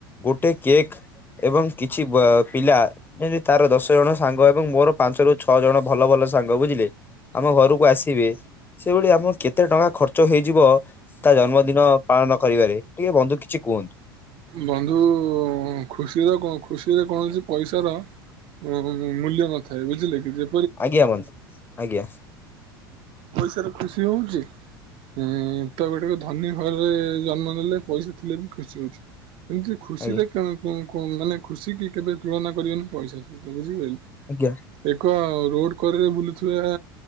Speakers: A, on the left; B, on the right.
A: ଗୋଟେ କେକ୍ ଏବଂ କିଛି ବ ପିଲା ଏମିତି ତାର ଦଶ ଜଣ ସାଙ୍ଗ ଏବଂ ମୋର ପାଞ୍ଚରୁୁ ଛଅ ଜଣ ଭଲ ଭଲ ସାଙ୍ଗ ବୁଝିଲେ। ଆମ ଘରକୁ ଆସିବେ। ସେଇଭଳି ଆମ କେତେ ଟଙ୍କା ଖର୍ଚ୍ଚ ହେଇଯିବ ତା ଜନ୍ମଦିନ ପାଳନ କରିବାରେ ଟିକେ ବନ୍ଧୁ କିଛି କୁହନ୍ତୁ
B: ବନ୍ଧୁ-ଉ-ଉ-ଉ-ଉ ଖୁସିର କୋ ଖୁସିରେ କୌଣସି ପଇସା ର ଉ-ଉ-ଉ-ଉ ମୂଲ୍ୟନଥାଏ ବୁଝିଲେ କି ଯେ
A: ଆଜ୍ଞା ବନ୍ଧୁ ଆଜ୍ଞା।
B: ପଇସାର ଖୁସି ହଉଛି ଏଁ-ଏ-ଏ-ଏ ତ ଗୋଟେ ରେ ଧନୀ ଘରରେ-ଏ-ଏ ଜନ୍ମ ନେଲେ ପଇସା ଥିଲେ ବି ଖୁସି ହଉଛି। ଏମିତି ଖୁସିରେ
A: ଆଜ୍ଞା
B: କ-କ-କେ ମାନେ ଖୁସି କି କେବେ ତୁଳନା କରିବେନି ପଇସା ସହିତ ବୁଝି ପାଇଲେ।
A: ଆଜ୍ଞା
B: ଏକ ରୋଡ୍ କରରେ ବୁଲୁଥିବା